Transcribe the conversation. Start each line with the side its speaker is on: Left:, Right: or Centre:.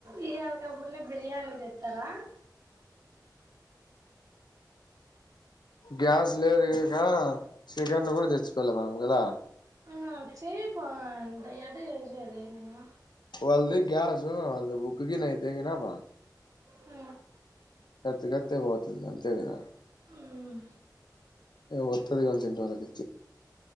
Right: ఈ ఆలకబుడినే బిర్యానీ జేత్తరా.
Left: గ్యాస్ లేదు గనక చికెన్లు కూడా తెచ్చుకోలే మనం కదా
Right: ఆ చేయ్ పాంటయ్యాదు జదేనేను
Left: వాళ్ళది గ అస వాళ్ళ బుక్కియి నా బా
Right: అ
Left: కత్ కతే పోతుంది అంతేదా
Right: ఉమ్,
Left: ఒర్తది కాల చెింటవాలకి